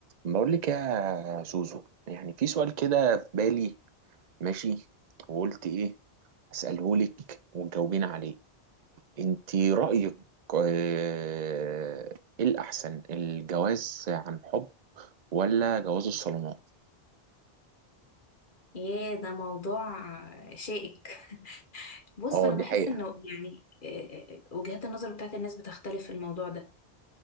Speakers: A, on the right; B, on the left.
A: بقول لك يا زوزو يعني في سؤال كده في بالي ماشي وقلت ايه اساله لك وتجاوبين عليه انت رايك آه، ايه الاحسن الجواز عن حب ولا جواز الصالونات
B: ياه ده موضوع شائك بص
A: اه
B: انا
A: دي
B: بحس
A: حقيقة
B: انه يعني آه، آه، وجهات النظر بتاعت الناس بتختلف في الموضوع ده